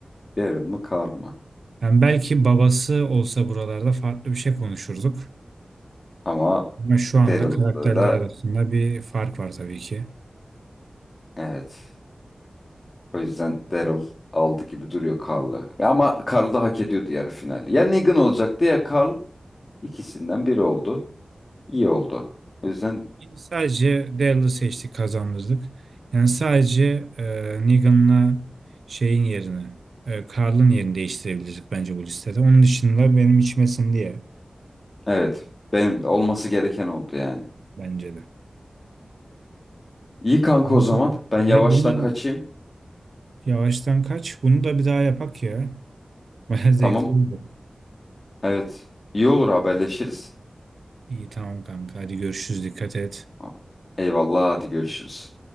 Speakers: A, on the left; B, on the right.
A: Daryl mı Carl mı?
B: Yani belki babası olsa buralarda farklı bir şey konuşurduk.
A: Ama
B: Ama şu
A: Daryl'da
B: anda karakterler
A: da
B: arasında bir fark var tabii ki.
A: evet. O yüzden Daryl aldı gibi duruyor Carl'ı. Ya Ama Carl da hak ediyordu yarı finali. Ya Negan olacaktı ya Carl. İkisinden biri oldu. İyi oldu. O yüzden
B: Yani sadece Dell'ı seçtik kazandırdık. Yani sadece e, Negan'la şeyin yerine e, Carl'ın yerini değiştirebilirdik bence bu listede. Onun dışında benim içmesin diye
A: evet. Benim de olması gereken oldu yani.
B: bence de.
A: İyi kanka
B: Kanka,
A: o zaman. Ben yavaştan
B: he bunu
A: kaçayım.
B: yavaştan kaç. Bunu da bir daha yapak ya. Baya zevkli
A: Tamam.
B: oldu.
A: Evet. İyi olur haberleşiriz.
B: İyi tamam kanka. Hadi görüşürüz. Dikkat et.
A: Tamam. Eyvallah hadi görüşürüz.